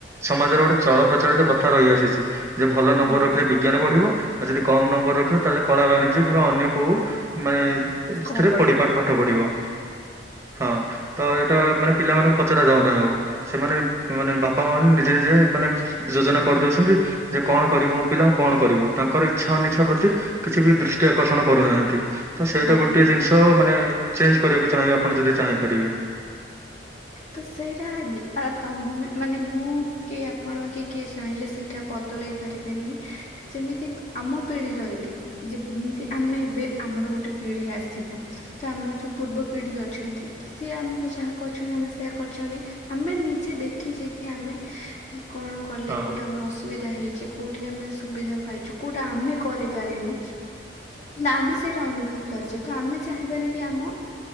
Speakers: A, on the right (about 15°); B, on the left (about 40°).
A: ସମାଜରେ ଗୋଟେ ଚଳ ପ୍ରଚଳିତ ପ୍ରଥା ରହିଆସିଛି। ଯେ ଭଲ ନମ୍ବର
B: ହଁ
A: ରଖିଲେ ବିଜ୍ଞାନ ପଢିବ। ଆଉ ଯଦି କମ୍ ନମ୍ବର ରଖିବ ତାହେଲେ କଳା ବାଣିଜ୍ୟ କିମ୍ବା ଅନ୍ୟ କୋଉ ମାନେ
B: କଳା
A: ସେଥିରେ
B: ପଡିବ
A: ପଢି ପାଠ ପାଠ ପଢିବ। ହଁ ତ ଏଇଟା ମାନେ ପିଲାମାନାନଙ୍କୁ ପଚାରା ଯାଉନାହିଁ ଆଉ। ସେମାନେ ମାନେ ବାପା ମା ମାନେ ନିଜେ ନିଜେ ମାନେ ଯୋ ଜନା କରିଦଉଛନ୍ତି, ଯେ କଣ କରିବ ମୋ ପିଲା କଣ କରିବ? ତାଙ୍କର ଇଚ୍ଛା ଅନିଚ୍ଛା ପ୍ରତି କିଛି ବି ଦୃଷ୍ଟି ଆକ ର୍ଷଣ କରୁନାହାନ୍ତି। ତ ସେଇଟା
B: ହଁ
A: ଗୋଟେ ଜିନିଷ ମାନେ ଚେଞ୍ଜ କରିବାକୁ ଚାହିଁବେ। ଆପଣ ଯଦି ଚାହିଁପାରିବେ।
B: ତ ସେଇଟା <unintelligible> ଆ ତମେ ମାନେ, ମୁଁ କି ଆପଣ କି କିଏ ଚାହିଁଲେ ସେଇଟା ବଦଳେଇ ପାରିବେନି ଯେମିତି ଆମ ପିଢି ରହିଲେ ଯେମିତି ଆ ଆମେ ଏବେ ଆମର ଗୋଟେ ପିଢି ଆସିବ ତ ଆମ ଯୋଉ ପୂର୍ବ ପିଢି ଅଛନ୍ତି ତ ସିଏ ଆମ କୁ ଯା ଯାହା କୋହୁଛନ୍ତି ଆମେ ସେ ଇଆ କରୁଚନ୍ତି। ଆମେ ନିଜେ ଦେଖିଚେ କି ଆମେ କଣ କଲେ
A: ହଁ
B: କୋଉଟା ଆମର ଅସୁ ବିଧା ହେଇଛି କୋଉଠି ଆମେ ସୁବିଧା ପାଇଛୁ କୋଉଠି ଆମେ କରିପାରିନୁ ନା ଆମେ ସେଇଟା ଅନୁଭବ କରିଚେ ତ ଆମେ ଚାହିଁବାନି କି ଆମ